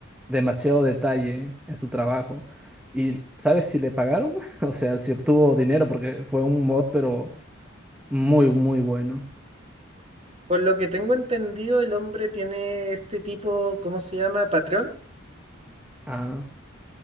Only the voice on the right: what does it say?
Por lo que tengo entendido, el hombre tiene este tipo, ¿cómo se llama? Patrón.